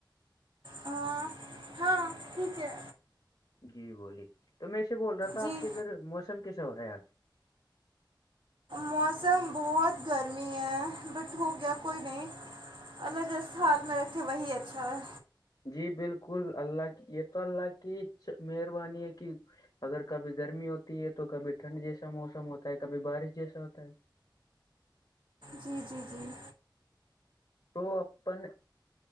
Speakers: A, on the right (about 80°); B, on the left (about 60°).
A: ہاں ہاں ٹھیک ہے
B: جی بولیے تو میں اسے بول رہا تھا
A: جی
B: آپ کے ادھر موسم کیسا ہو رہا ہے آج
A: موسم بہت گرمی ہے بٹ ہو گیا کوئی نہیں الجست ہال میں رکھے وہی اچھا ہے
B: جی بالکل اللہ کی یہ تو اللہ کی مہربانی ہے کہ اگر کبھی گرمی ہوتی ہے تو کبھی ٹھنڈ جیسا موسم ہوتا ہے کبھی بارش جیسا ہوتا ہے
A: جی جی جی
B: تو اپن